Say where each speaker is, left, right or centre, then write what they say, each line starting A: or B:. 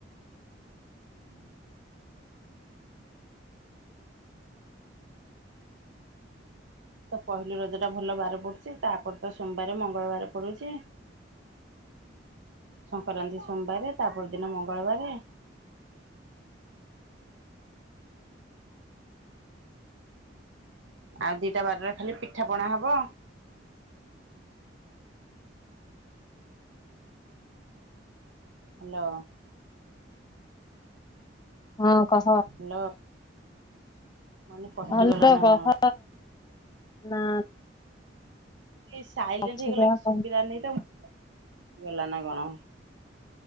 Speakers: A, on the right (about 75°); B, on the left (about 20°).
A: ହୁଁ <inaudible> ପହିଲି ରଜ ଟା ଭଲ ବାର ପଡୁଛି ତାପରେ ତ ସୋମବାରେ ମଙ୍ଗଳବାରେ ପଡୁଛି ସଂକ୍ରାନ୍ତି ସୋମବାର ତାପରେ ଦିନ ମଙ୍ଗଳବାରେ ଆଉ ଦିଟା ବାରରେ ଖାଲି ପିଠା ପଣା ହବ ହାଲୋ,
B: ହଁ କହ,
A: ହ୍ୟାଲୋ ମାନେ କଟିଗଲା
B: ଆଲୋ
A: ନା
B: କହ?
A: କଣ?
B: ନା,
A: ସେ ସାଇଲେଣ୍ଟ୍
B: ଅଛି
A: ହେଇଗଲା
B: ଯାହା
A: କି ସୁବିଲାନିତ
B: କହ
A: ଗଲା ନା କଣ?